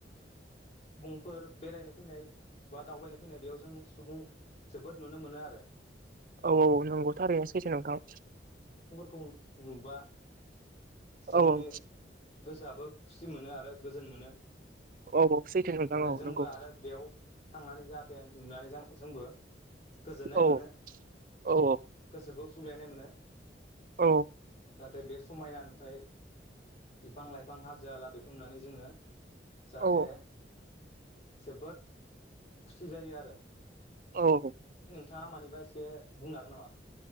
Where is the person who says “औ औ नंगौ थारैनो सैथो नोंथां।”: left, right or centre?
Right